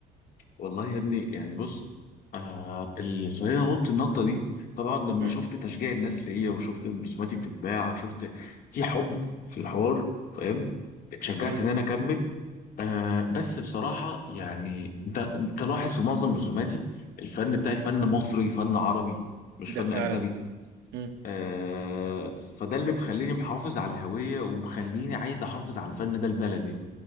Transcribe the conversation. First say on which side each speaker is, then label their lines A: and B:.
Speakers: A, on the left; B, on the right.
A: والله يا ابني يعني بص آه اللي خلاني انط النطه دي طبعا لما
B: مم.
A: شفت تشجيع الناس ليا وشفت ان رسوماتي بتتباع وشفت في حب في الحوار فاهم اتشجعت
B: ايوه
A: ان انا اكمل آه بس
B: مم.
A: بصراحه يعني انت انت لاحظ في معظم رسوماتي الفن بتاعي فن مصري فن عربي مش
B: ده
A: فن
B: فعلا
A: اجنبي
B: مم.
A: آه فده اللي مخليني محافظ على الهويه ومخليني عايز احافظ على الفن ده البلدي